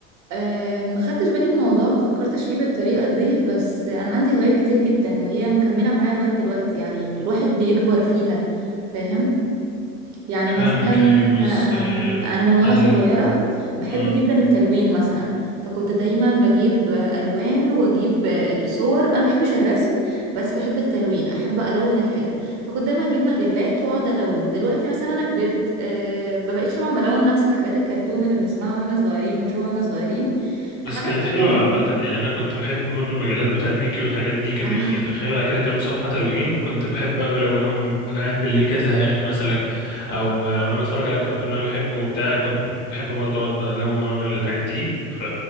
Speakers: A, on the right; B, on the left.
A: أه ما خدتش بالي من الموضوع ما فكرتش فيه بالطريقة دي بس أنا عندي هوايات كتير جدا وهي مكملة معايا لغاية دلوقتي يعني الواحد بيكبر فيها فاهم يعني مثلا
B: فاهمك ايوه بس آه،
A: آم، انا من وانا
B: يعني
A: صغيره بحب
B: ال-
A: جدا التلوين مثلا فكنت دايما بجيب آه، الوان واجيب آه، الصور انا ما بحبش الرسم بس بحب التلوين احب الون الحاجه فكنت دايما اجيب مجلات واقعد الون دلوقتي مثلا انا كبرت آه، ما بقتش طبعا بلون نفس الحاجات الكرتون اللي بنسمعها واحنا صغيرين بنشوفها واحنا صغيرين
B: بس
A: حاجات
B: كانت
A: بقى
B: حلوة
A: تانية
B: عامة يعني أنا كنت بحب برضو المجلات بتاعت ميكي والحاجات دي كان
A: آه،
B: بيبقى فيه في آخرها كده كام صفحة تلوين كنت بحب أوي ألونهم وأنا قاعد بالليل كده زهقان مثلا أو آه، وأنا بتفرج على الكرتون اللي أنا بحبه وبتاع كنت بحب برضو أقعد ألون وأعمل الحاجات دي ف...